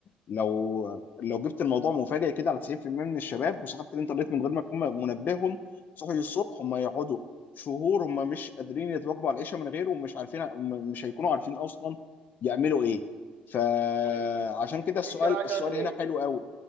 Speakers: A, on the left (about 55°); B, on the right (about 65°).
A: لو لو جبت الموضوع مفاجئ كده على 90% من الشباب وسحبت الانترنت من غير ما تكون منبههم صحي الصبح هم يقعدوا شهور هم مش قادرين يتواجبوا على العيشه من غيره ومش عارفين هم مش هيكونوا عارفين اصلا يعملوا ايه فعشان
B: حلو
A: كده السؤال
B: انت بقى تعمل
A: السؤال هنا
B: ايه
A: حلو قوي